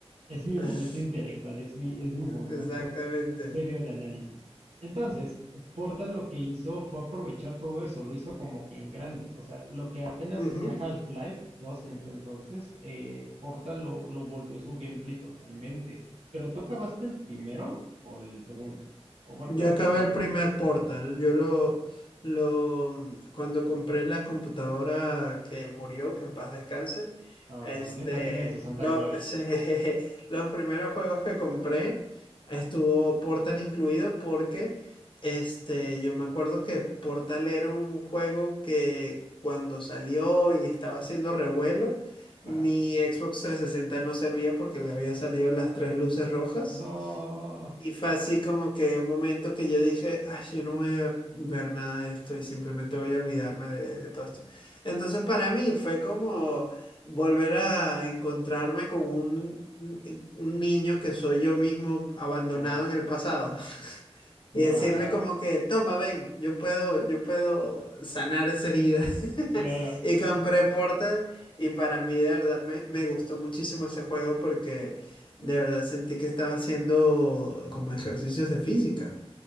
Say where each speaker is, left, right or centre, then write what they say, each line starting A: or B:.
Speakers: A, on the right; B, on the left.
A: es mi
B: <laughs>
A: momento intelectual, es mi, es mi momento
B: Exactamente.
A: eh, serio de análisis. Entonces, Porta lo que hizo fue aprovechar todo eso, lo hizo como que en grande. O sea, lo que apenas
B: Ujú.
A: hacía Half-Life dos en ese entonces, eh, Porta lo, lo volvió su gameplay totalmente. Pero ¿tú acabaste el primero o el segundo? O bueno,
B: Yo
A: creo
B: acabé
A: que el segundo.
B: el primer Portal. Yo lo, lo, mm, cuando compré la computadora que murió, que en paz descanse,
A: Ah,
B: este,
A: Dios la tenga en su santa
B: lo-
A: gloria.
B: <laughs> se- los primeros juegos que compré estuvo Portal incluido porque, este, yo me acuerdo que Portal era un juego que cuando salió y estaba haciendo revuelo,
A: Ajá.
B: mi Xbox trescientos sesenta no servía porque le había salido las tres luces rojas.
A: No.
B: Y fue así como que un momento que yo dije, ay, yo no voy a ver nada de esto y simplemente voy a olvidarme de, de todo esto. Entonces para mí fue como volver a encontrarme con un, un niño que soy yo mismo abandonado
A: Ajá.
B: en el pasado. <laughs>
A: Guau.
B: Y decirle como que, toma, ven, yo puedo, yo puedo sanar esa herida. <laughs>
A: Claro.
B: Y compré Portal y para mí de verdad me, me gustó muchísimo ese juego porque de verdad sentí que estaba haciendo como ejercicios de física.